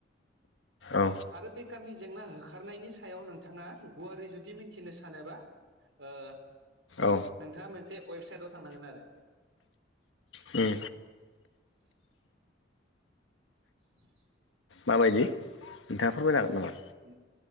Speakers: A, on the left; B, on the right.
A: औ
B: आरो बेखारनि जेंना होखारनायनि सायाव नोंथाङा गुवारै जुदि मिथिनो सानोबा ओ
A: औ
B: नोंथाङा मोनसे वेबसाइटआव थांनांगोन आरो
A: उम
B: <inaudible>
A: माबायदि नोंथाङा फोरमायनो हागोन नामा?
B: उम